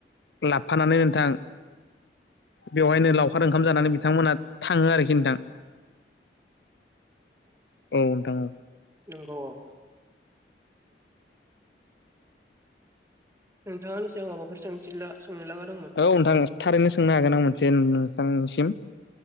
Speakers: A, on the left; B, on the right.
A: लाबफानानै नोंथां बेवहायनो लावखार ओंखाम जानानै बिथांमोना थाङो आरोखि नोंथां औ नोंथां ओं
B: नोंगौ औ नोंथाङा आंनि सायाव माबाफोर सोंथिला सोंनो लागादंमोन
A: औ औ नोंथां थारैनो सोंनो हागोन आं मोनसे नोंथांसिम